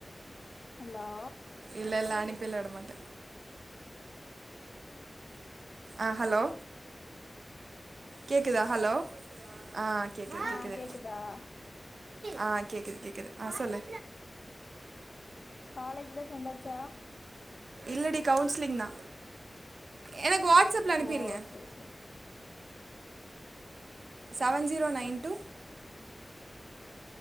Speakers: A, on the left; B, on the right.
A: ஹலோ
B: இல்ல இல்ல அனுப் பிளா விட மாட்ட ஆ ஹலோ கேக்குதா ஹலோ ஆஹ் கேக்குது
A: ஆ
B: கேக்குது
A: கேக்குதா
B: ஆஹ் கேக்குது கேக்குது ஆஹ் சொல்லு
A: காலேஜ்லெ சேந்தாச் சா
B: இல்லடி கவுன்ஸ்லிங் தா எனக் வாட்ஸ்செப்ல அனுப்பிருங்க
A: ஓ சேரி சேரி
B: செவன் ஜீரோ நைன் டு